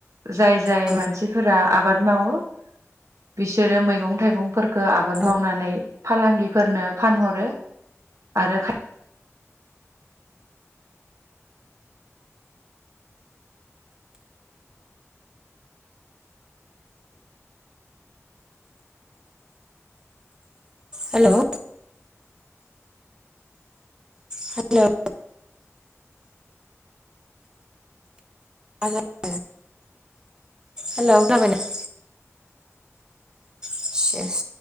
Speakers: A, on the right; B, on the right.
A: जाय जाय
B: औ
A: मानसिफोरा आबाद मावो बिसोरो मैगं थाइगंफोरफोरखो आबाद
B: औ
A: मावनानै फालांगिफोरनो फानहरो आरो खा
B: हेल' हेल' मा जाखो हेलौ <unintelligible> सेस